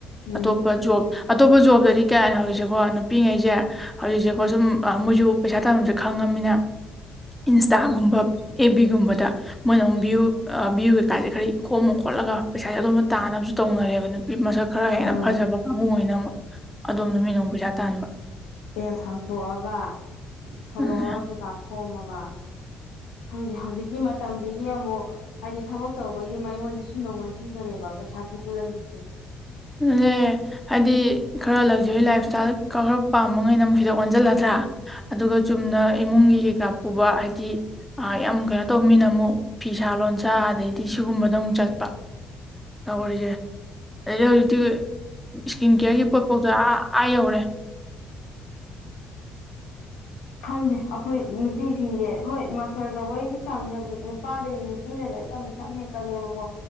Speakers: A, on the left; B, in the centre.
A: ꯎꯝ
B: ꯑꯇꯣꯞꯄ ꯖꯣ ꯑꯇꯣꯞꯄ ꯖꯣꯕꯇꯗꯤ ꯀꯌꯥ ꯍꯧꯔꯤꯁꯦꯀꯣ ꯄꯤꯏꯉꯩꯁꯦ ꯍꯧꯖꯤꯛꯁꯦꯀꯣ ꯁꯨꯝ ꯃꯣꯏꯁꯨ ꯄꯩꯁꯥ ꯇꯥꯐꯝꯁꯦ ꯈꯪꯉꯝꯅꯤꯅ ꯏꯟꯁꯇꯥꯒꯨꯝꯕ ꯑꯦ ꯕꯤꯒꯨꯝꯕꯗ ꯃꯣꯏꯅ ꯑꯃꯨꯛ ꯚ꯭ꯌꯨ ꯚꯌꯨ ꯀꯩꯀꯥꯁꯦ ꯈꯔ ꯈꯣꯝꯃ ꯈꯣꯠꯂ ꯄꯩꯁꯥꯁꯦ ꯑꯗꯣꯝꯗ ꯇꯥꯅꯕꯁꯨ ꯇꯧꯅꯔꯦꯕ ꯅꯨꯄꯤ ꯃꯁꯛ ꯈꯔ
A: ꯇꯧꯋꯦ
B: ꯍꯦꯟꯅ ꯐꯖꯕ ꯀꯥꯡꯕꯨ ꯑꯣꯏꯅ ꯑꯃꯨꯛ ꯑꯗꯣꯝ ꯅꯨꯃꯤꯠꯅꯥ ꯑꯃꯨ ꯄꯩꯁꯥ ꯇꯥꯟꯕ
A: ꯄꯦꯖ ꯍꯥꯡꯇꯣꯛꯑꯒ ꯐꯣꯂꯣꯋꯔ
B: ꯑꯗꯨꯅ
A: ꯀꯩꯀꯥ ꯈꯣꯝꯃꯒ ꯈꯪꯗꯦ ꯍꯧꯖꯤꯛꯀꯤ ꯃꯇꯝꯌꯤꯒꯤ ꯑꯃꯨꯛ ꯍꯥꯏꯗꯤ ꯊꯕꯛ ꯇꯧꯕꯒꯤ ꯃꯌꯣꯟꯗꯤ ꯁꯨꯝꯅ ꯑꯣꯟꯁꯤꯟꯈꯔꯦꯕ ꯄꯩꯁꯥ ꯊꯣꯛꯄꯩ ꯂꯝꯕꯤꯁꯦ
B: ꯂꯦ ꯍꯥꯏꯗꯤ ꯈꯔ ꯂꯛꯖꯔꯤ ꯂꯥꯏꯞ ꯏꯁꯇꯥꯏꯜ ꯈꯔ ꯄꯥꯝꯕꯉꯩꯗ ꯑꯃꯨꯛ ꯁꯤꯗ ꯑꯣꯟꯁꯤꯜꯂꯗ꯭ꯔꯥ ꯑꯗꯨꯒ ꯆꯨꯝꯅ ꯏꯃꯨꯡꯒꯤ ꯀꯩꯀꯥ ꯄꯨꯕ ꯍꯥꯏꯗꯤ ꯌꯥꯝ ꯀꯩꯅꯣ ꯇꯧꯅꯤꯅ ꯑꯃꯨꯛ ꯐꯤꯁꯥ ꯂꯣꯟꯁꯥ ꯑꯗꯩꯗꯤ ꯁꯤꯒꯨꯝꯕꯗ ꯑꯃꯨꯛ ꯆꯠꯄ ꯇꯧꯔꯤꯁꯦ ꯑꯩꯅ ꯍꯧꯖꯤ ꯏꯁꯀꯤꯟ ꯀꯦꯌꯔꯒꯤ ꯄꯣꯠꯐꯥꯎꯗ ꯑ ꯑꯥ ꯌꯧꯔꯦ
A: ꯈꯪꯗꯦ ꯑꯩꯈꯣꯏ ꯅꯨꯄꯤꯁꯤꯡꯁꯦ ꯍꯣꯏ ꯃꯥ ꯄꯔ ꯇꯧꯕꯩꯒꯤ ꯆꯥꯡꯗꯥꯗꯤ ꯅꯨꯄꯥꯗꯩ ꯅꯨꯄꯤꯅꯗ ꯇꯝꯕꯩꯆꯥꯡ ꯌꯥꯝ ꯍꯦꯟꯀꯠꯂꯦꯕꯀꯣ